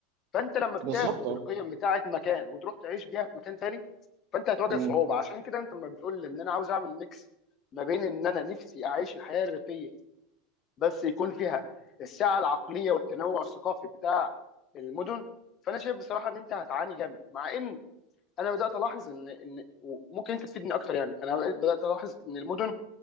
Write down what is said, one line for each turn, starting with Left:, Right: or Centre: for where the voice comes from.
Left: فانت لما بتاخد
Right: بالظبط اه
Left: القيم بتاعه مكان وتروح تعيش بيها في مكان تاني فانت هتواجه
Right: مم.
Left: صعوبه عشان كده انت لما بتقول لي ان انا عاوز اعمل ميكس ما بين ان انا نفسي اعيش الحياه الريفيه بس يكون فيها السعه العقليه والتنوع الثقافي بتاع المدن فانا شايف بصراحه ان انت هتعاني جامد مع ان انا بدات الاحظ ان ان ممكن انت تفيدني اكتر يعني انا بقيت- بدات الاحظ ان المدن